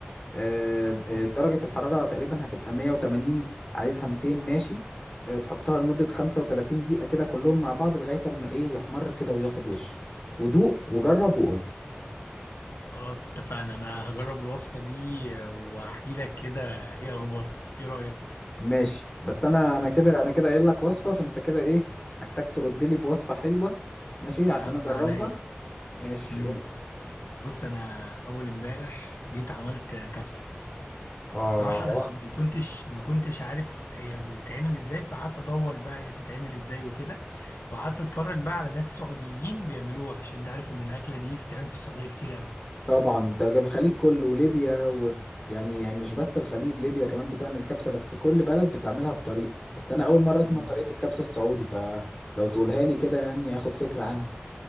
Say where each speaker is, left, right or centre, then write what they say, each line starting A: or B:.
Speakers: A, on the left (about 25°); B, on the left (about 75°).
A: آه،
B: مم.
A: آه، درجة الحرارة تقريبا هتبقى 180 عايزها 200 ماشي آه، تحطها لمدة 35 دقيقة كده كلهم مع بعض لغاية اما ايه يحمر كده وياخد وش ودوق وجرب وقول
B: خلاص اتفقنا انا هجرب الوصفة دي وهحكي لك كده ايه اخبارها ايه رأيك؟
A: ماشي بس انا انا كده
B: طيب.
A: انا كده قايل لك وصفه فانت كده ايه محتاج ترد لي بوصفه حلوه ماشي
B: يا
A: عشان
B: عم
A: اجربها
B: عينيا
A: ماشي
B: مم.
A: قول.
B: بص انا اول امبارح جيت عملت كبسة
A: اه
B: بصراحة أنا ما كنتش ما كنتش عارف هي بتتعمل إزاي فقعدت أدور بقى هي بتتعمل إزاي وكده وقعدت أتفرج بقى على ناس سعوديين بيعملوها عشان أنت عارف إن الأكلة دي بتتعمل في السعودية كتير أوي
A: طبعا ده الخليج كله وليبيا ويعني يعني يعني مش بس الخليج ليبيا كمان بتعمل كبسه بس كل بلد بتعملها بطريقه بس انا اول مره اسمع
B: مم.
A: طريقه الكبسه السعودي فلو تقولها لي كده يعني اخد فكره عنها